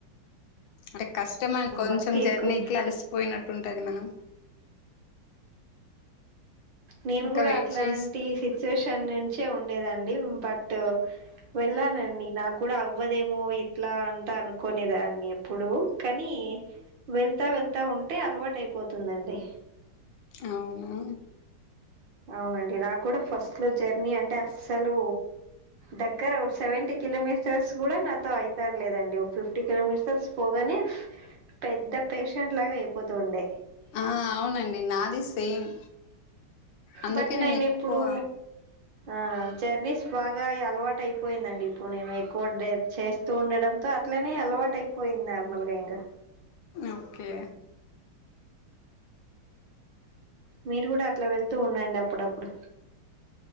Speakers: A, on the left; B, on the right.
A: అంటే కష్టమన్ కొంచెం
B: భక్తి
A: జర్నీకి
B: ఎక్కువ
A: అలిసిపోయినట్టుంటది మనం
B: నేను
A: ఇంకా
B: గూడా
A: వెయిట్
B: అట్లాంటి
A: చేస్తూ
B: సిచ్యుయేషన్ నుంచే ఉండేదండి బట్ వెళ్ళానండి నాగ్గూడా అవ్వదేమో ఇట్లా అంతా అనుకోనేదాన్ని అప్పుడు కానీ వెళ్తా వెళ్తా ఉంటే అలవాటైపోతుందండి
A: అవునా
B: అవునండి నాగ్గూడా ఫస్ట్లో జర్నీ అంటే అస్సలు దగ్గర ఒక్ సెవెంటీ కిలోమీస్ర్స్ గూడా నాతో ఐతన్లేదండి ఒక్ ఫిఫ్టీ కిలోమీస్ర్స్ పోగానే పెద్ద పేషెంట్ లాగా అయిపోతూండే
A: ఆ అవునండి నాదీ సేమ్ అందుకే
B: బట్ నేనిప్పుడు
A: నేను ఎక్కువ
B: ఆ జర్నీస్ బాగాయి అలవాటైపోయిందండి ప్పుడు నేను ఎక్కువ డైట్ చేస్ స్తు ఉండడంతో అట్లనే అలవాటైపోయింది నార్మల్గా ఇంగా
A: ఓకే
B: మీరు గూడా అట్లా వెళ్తూ ఉండండి అప్పుడప్పుడు